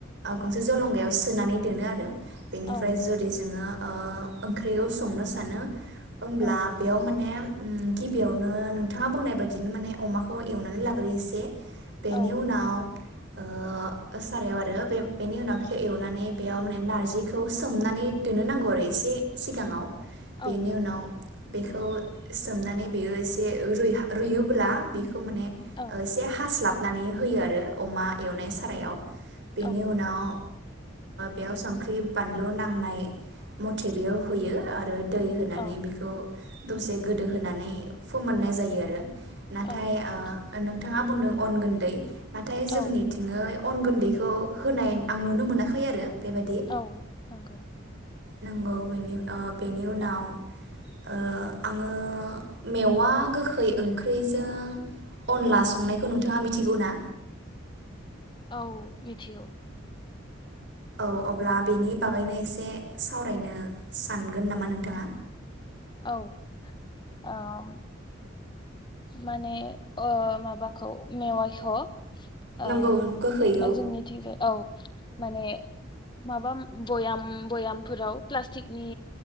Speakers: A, on the right; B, on the left.
A: गंसे जलंगायाव सोनानै दोनो आरो बेनिफ्राय
B: औ
A: जुदि जोङो ओ ओंख्रिखौ संनो सानो होमब्ला
B: औ नंगौ
A: बेयाव माने गिबियावनो ओ नोंथाङा बुंनाय बायदिनो माने अमाखौ एवनानै लाग्रोयो एसे बेनि
B: औ
A: उनाव ओ सारायाव आरो बे बेनि उनाव बे एवनानै बेयाव माने नारजि बेखौ सोमनानै दोननो नांगौ आरो एसे सिगाङाव बेनि
B: औ नंगौ
A: उनाव बेखौ सोमनानै बेयो एसे रुइ रुयोब्ला बेखौ बेखौ माने
B: औ
A: एसे हास्लाब नानै होयो आरो अमा एवनाय सारायाव बेनि
B: औ नंगौ
A: उनाव बेयाव संख्रि बानलु नांनाय मथे बेयाव होयो आरो दै होनानै
B: औ
A: बेखौ दसे गोदो होनानै फोमोननाय जायो आरो नाथाय
B: औ नंगौ
A: ओ नोंथां नोंथाङा बुंदों अन गुन्दै नाथाय जोंनिथिंङै
B: औ
A: अन गुन्दैखौ होनाय आं नुनो मोनाखै आरो बेबायदि
B: औ नंगौ
A: नंगौ बेनि ओ बेनि उनाव
B: औ
A: ओ आङो मेवा गोखै ओंख्रिजों अनला संनायखौ नोंथाङा मिथिगौ ना?
B: औ मिथिगौ।
A: औ अब्ला बेनि बागैनो एसे सावरायनो सानगोन नामा नोंथाङा?
B: औ ओ माने ओ माबाखौ मेवायखौ
A: नंगौ
B: ओम
A: गोखैखौ
B: जोंनिथिंजाय औ। माने माबा बयाम बयामफोराव प्लास्टिकनि